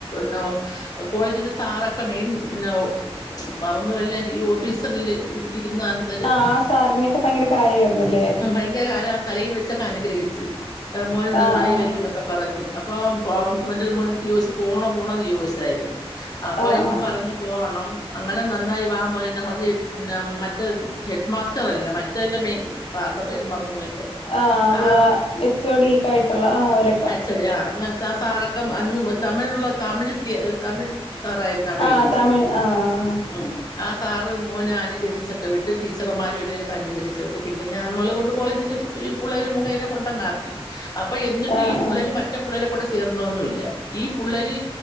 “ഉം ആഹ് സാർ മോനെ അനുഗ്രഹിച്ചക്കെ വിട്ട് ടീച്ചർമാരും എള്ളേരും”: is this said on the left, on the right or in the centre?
Left